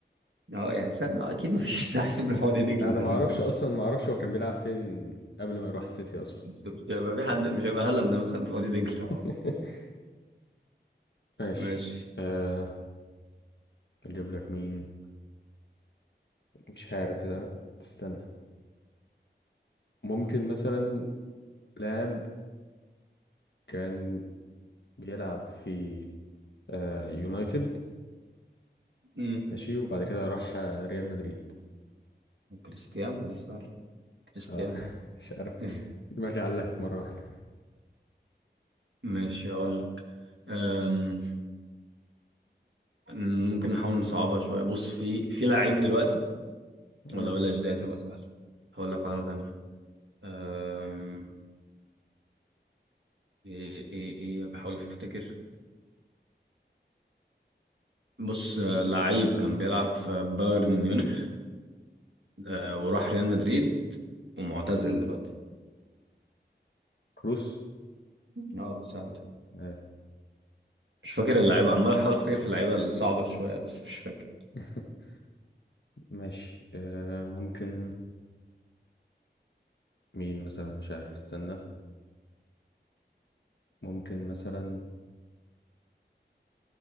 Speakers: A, on the right (about 80°); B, on the left (about 70°).
A: اه يعني سامع اكيد
B: <laughs>
A: ما فيش لعيب راح وادي دجلة
B: انا
A: غير
B: ما اعرفش اصلا ما اعرفش هو كان بيلعب فين قبل ما يروح السيتي اصلا
A: مش هيبقى في حد مش هيبقى هالاند مثلا في وادي دجله
B: <laughs> ماشي
A: ماشي
B: أه اجيب لك مين مش عارف بقى. استنى ممكن مثلا لاعب كان بيلعب في أه يونايتد
A: امم
B: ماشي وبعد كده راح آه، ريال مدريد
A: كريستيانو دي سهله كريستيانو
B: أه <laughs> مش عارف
A: <laughs>
B: دماغي علقت مرة واحدة
A: ماشي هقول لك أم، ممكن نحاول نصعبها شويه بص في في لعيب دلوقتي
B: مم.
A: ولا بلاش دي هتبقى سهله هقول لك واحده تانية أم، ايه ايه ايه بحاول افتكر بص آه، لعيب كان بيلعب في بايرن ميونخ آه، وراح ريال مدريد ومعتزل دلوقتي
B: كروس
A: اه سهل
B: آه.
A: مش فاكر اللعيبه عمال احاول افتكر في اللعيبه الصعبه شويه بس مش فاكر
B: <laughs> ماشي أه ممكن مين مثلا مش عارف استنى ممكن مثلا